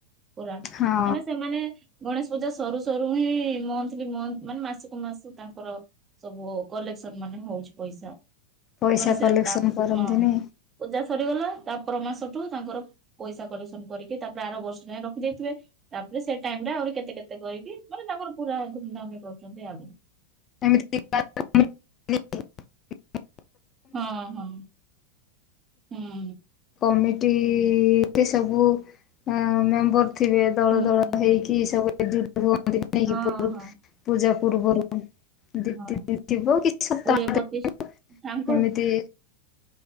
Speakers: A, on the right; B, on the left.
A: ପୁରା କାଇଁନା
B: ହଁ
A: ସେମାନେ ଗଣେଶ ପୂଜା ସରୁ ସରୁ ହିଁ ମନ୍ଥଲି ମାନେ ମାସକୁ ମାସ ତାଙ୍କର ସବୁ କଲେକ୍ସନ ମାନେ ହଉଛି ପଇସା
B: ପଇସା
A: ସେମାନେ ସେ
B: କଲେକ୍ସନ
A: ତା
B: କରନ୍ତିନି
A: ହଁ ପୂଜା ସରିଗଲା ତା ପର ମାସଠୁ ତାଙ୍କର ପଇସା କଲେକ୍ସନ କରିକି ତାପରେ ଆର ବର୍ଷ ଯାଏ ରଖିଦେଇଥିବେ ତାପରେ ସେ ଟାଇମ ଆହୁରି କେତେ କେତେ କରିକି ମାନେ ତାଙ୍କର ପୁରା ଧୁମଧାମ ରେ କରୁଛନ୍ତି ଆଗ
B: ମର
A: ହଁ ହଁ ହୁଁ
B: କମିଟି ସବୁ ମେମ୍ବର ଥିବେ ଦଳ
A: ହୁଁ
B: ଦଳ
A: ହୁଁ
B: ହେଇକି ସବୁ ଏ ଭୁନ୍ତି ନେଇକି
A: ହଁ ହଁ
B: ପୂଜା ପୂର୍ବରୁ ଦ
A: ହଁ
B: ଦିନ ଥିବ କିଛି ସପ୍ତାହ
A: କୋଡିଏ ପଚିଶ
B: କେମିତି
A: ତାଙ୍କର